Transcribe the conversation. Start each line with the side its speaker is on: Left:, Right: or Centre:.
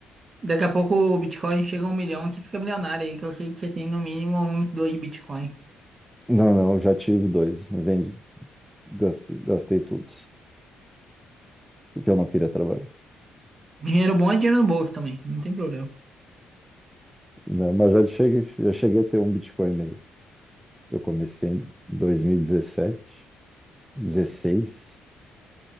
Right: Daqui a pouco o Bitcoin chega a um milhão, e você fica milionário aí, que eu sei que você tem no mínimo uns dois Bitcoin.
Centre: Não, não, eu já tive dois. Vendi, gas- gastei tudo. Porque eu não queria trabalhar.
Right: Dinheiro bom é dinheiro no bolso também, não tem problema.
Centre: Não, mas já cheguei, já cheguei a ter um Bitcoin e meio. Eu comecei em 2017, 16.